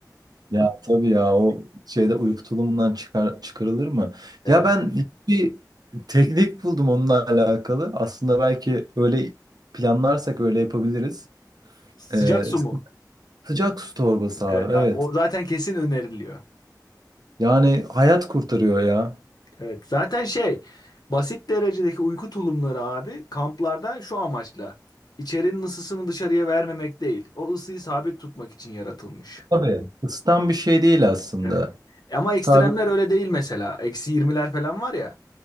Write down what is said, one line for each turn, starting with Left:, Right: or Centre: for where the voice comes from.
Right: Ya tabii ya o şeyde uyku tulumundan çıkar, çıkarılır mı?
Left: Evet.
Right: Ya ben bir teknik buldum onunla alakalı. Aslında belki öyle planlarsak öyle yapabiliriz.
Left: Sıcak
Right: E,
Left: su mu?
Right: sıcak su torbası
Left: Evet
Right: abi evet.
Left: abi. O zaten kesin öneriliyor.
Right: Yani hayat kurtarıyor ya.
Left: Evet. Zaten şey basit derecedeki uyku tulumları abi kamplarda şu amaçla. İçerinin ısısını dışarıya vermemek değil. O ısıyı sabit tutmak için yaratılmış.
Right: Tabii. Isıtan bir şey değil aslında.
Left: Evet. Ama ekstremler
Right: Sabit.
Left: öyle değil mesela. Eksi 20'ler falan var ya.